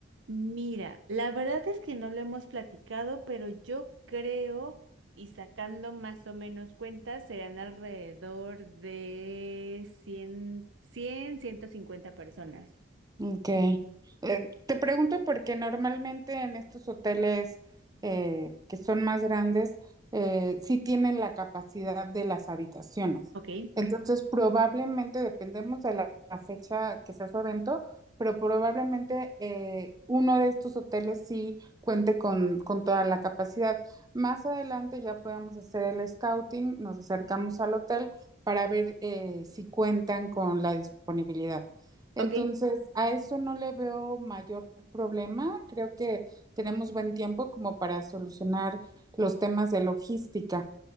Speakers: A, on the right; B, on the right.
A: Mira, la verdad es que no lo hemos platicado, pero yo creo, y sacando más o menos cuentas, serán alrededor de cien, cien, ciento cincuenta personas.
B: Ok. Eh, te pregunto porque normalmente en estos hoteles eh, que son más grandes, eh, sí tienen la capacidad de las habitaciones.
A: Ok,
B: Entonces, probablemente, dependemos de la, la fecha que sea su evento, pero probablemente eh, uno de estos hoteles sí cuente con, con toda la capacidad. Más adelante ya podemos hacer el scouting, nos acercamos al hotel para ver eh, si cuentan con la disponibilidad. Entonces,
A: ok.
B: a eso no le veo mayor problema. Creo que tenemos buen tiempo como para solucionar los temas de logística.